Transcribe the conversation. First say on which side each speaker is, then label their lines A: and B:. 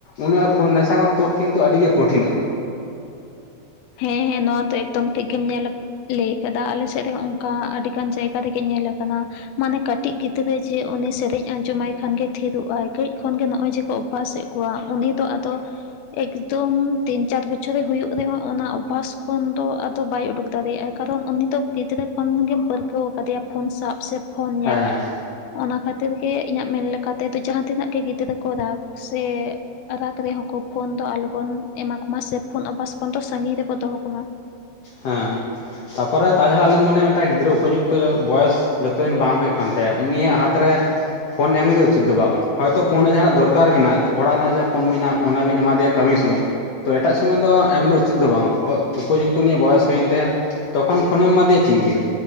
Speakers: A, on the left; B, on the left.
A: ᱩᱱᱤᱭᱟᱜ ᱯᱷᱳᱱ ᱱᱮᱥᱟ ᱠᱷᱚᱱ ᱛᱳᱫ ᱠᱤᱱᱛᱩ ᱟᱹᱰᱤ ᱜᱮ ᱠᱚᱴᱷᱤᱱᱚᱜᱼᱟ᱾
B: ᱦᱮᱸ ᱦᱮᱸ ᱱᱚᱣᱟ ᱫᱚ ᱮᱠᱫᱚᱢ ᱴᱷᱤᱠ ᱜᱮᱢ ᱧᱮᱞ ᱞᱟᱹᱭ ᱟᱠᱟᱫᱟ, ᱟᱞᱮ ᱥᱮᱫ ᱨᱮᱦᱚᱸ ᱚᱝᱠᱟ ᱟᱹᱰᱤᱜᱟᱱ ᱡᱟᱭᱜᱟ ᱨᱮᱜᱮ ᱧᱮᱞ ᱟᱠᱟᱱᱟ, ᱢᱟᱱᱮ ᱠᱟᱹᱴᱤᱡ ᱜᱤᱫᱽᱨᱟᱹ ᱡᱮ ᱩᱱᱤ ᱥᱮᱨᱮᱧ ᱟᱸᱡᱚᱢᱟᱭ ᱠᱷᱟᱱ ᱜᱮ ᱛᱷᱤᱨᱚᱜᱼᱟᱭ, ᱠᱟᱹᱡ ᱠᱷᱚᱱ ᱜᱮ ᱱᱚᱜᱼᱚᱭ ᱡᱮ ᱠᱚ ᱚᱵᱷᱟᱥ ᱮᱜ ᱠᱚᱣᱟ, ᱩᱱᱤ ᱫᱚ ᱟᱫᱚ ᱮᱠᱫᱚᱢ ᱛᱤᱱ ᱪᱟᱨ ᱵᱚᱪᱷᱚᱨᱮ ᱦᱩᱭᱩᱜ ᱨᱮᱦᱚᱸ ᱚᱱᱟ ᱚᱵᱷᱟᱥ ᱠᱷᱚᱱ ᱫᱚ ᱟᱫᱚ ᱵᱟᱭ ᱩᱰᱩᱠ ᱫᱟᱲᱮᱭᱟᱜᱼᱟᱭ, ᱠᱟᱨᱚᱱ ᱩᱱᱤ ᱫᱚ ᱜᱤᱫᱽᱨᱟᱹ ᱠᱷᱚᱱ ᱜᱮᱢ ᱯᱟᱹᱨᱠᱟᱹᱣ ᱟᱠᱟᱫᱮᱭᱟ ᱯᱷᱩᱱ ᱥᱟᱵ ᱥᱮ ᱯᱷᱳᱱ ᱧᱮᱞ᱾
A: ᱦᱮᱸ
B: ᱚᱱᱟ ᱠᱷᱟᱹᱛᱤᱨ ᱜᱮ ᱤᱧᱟᱹᱜ ᱢᱮᱱ ᱞᱮᱠᱟ ᱛᱮᱫᱚ ᱡᱟᱦᱟᱸ ᱛᱤᱱᱟᱹᱜ ᱜᱮ ᱜᱤᱫᱽᱨᱟᱹ ᱠᱚ ᱨᱟᱜᱽ ᱥᱮ ᱨᱟᱜᱽ ᱨᱮᱦᱚᱸ ᱠᱚ ᱯᱷᱳᱱ ᱫᱚ ᱟᱞᱚ ᱵᱚᱱ ᱮᱢᱟ ᱠᱚᱢᱟ, ᱥᱮ ᱯᱷᱳᱱ ᱚᱵᱷᱟᱥ ᱠᱷᱚᱱ ᱫᱚ ᱥᱟᱺᱜᱤᱧ ᱨᱮᱵᱚ ᱫᱚᱦᱚ ᱠᱚᱢᱟ᱾
A: ᱦᱮᱸ, ᱛᱟᱯᱚᱨᱮ ᱛᱟᱪᱷᱟᱲᱟ ᱟᱞᱤᱧ ᱢᱚᱱᱮᱭᱟ ᱢᱤᱫᱴᱟᱝ ᱜᱤᱫᱽᱨᱟᱹ ᱩᱯᱚᱡᱩᱠᱛᱚ ᱵᱚᱭᱚᱥ ᱡᱚᱛᱚ ᱫᱤᱱ ᱵᱟᱝ ᱦᱳᱭᱳᱜ ᱠᱟᱱ ᱛᱟᱭᱟ ᱩᱱᱤᱭᱟᱜ ᱦᱟᱛᱨᱮ, ᱯᱷᱳᱱ ᱮᱢᱜᱮ ᱩᱪᱤᱛ ᱫᱚ ᱵᱟᱝ᱾ ᱦᱳᱭᱛᱳ ᱯᱷᱳᱱ ᱨᱮ ᱡᱟᱦᱟᱸᱱᱟᱜ ᱫᱚᱨᱠᱟᱨ ᱢᱮᱱᱟᱜ-ᱟ, ᱚᱲᱟᱜ ᱨᱮᱱᱟᱜ ᱡᱟᱦᱟᱸ ᱯᱷᱳᱱ ᱢᱮᱱᱟᱜ ᱚᱱᱟ ᱵᱤᱱ ᱮᱢᱟ ᱫᱮᱭᱟ ᱠᱟᱹᱢᱤ ᱥᱳᱢᱚᱭ᱾ ᱛᱚ ᱮᱴᱟᱜ ᱥᱚᱢᱚᱭ ᱫᱚ ᱮᱢ ᱫᱚ ᱩᱪᱤᱛ ᱫᱚ ᱵᱟᱝ ᱩᱯᱚᱡᱩᱠ ᱛᱚ ᱩᱱᱤᱭᱟᱜ ᱵᱚᱭᱮᱥ ᱦᱩᱭᱮᱱ ᱛᱟᱭᱟ, ᱛᱚᱠᱷᱚᱱ ᱯᱷᱳᱱᱮᱢ ᱮᱢᱟᱫᱮᱭᱟ ᱴᱷᱤᱠ ᱜᱮᱭᱟ᱾